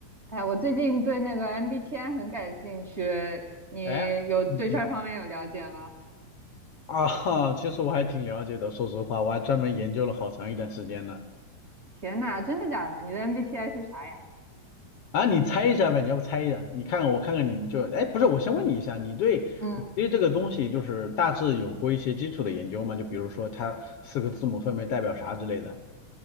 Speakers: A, on the right; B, on the left.
A: 哎，我最近对那个 MBTI 很感兴趣，你有对这方面有了解吗？
B: 哎，嗯嗯啊，其实我还挺了解的，说实话，我还专门研究了好长一段时间呢。
A: 天呐，真的假的？你的 MBTI 是啥呀？
B: 啊，你猜一下呗，你要不猜一下？你看看我看看你，你就，哎，不是，我先问你一下，你对你对这个东西就是大致有过一些基础的研究吗？
A: 嗯，
B: 就比如说它四个字母分别代表啥之类的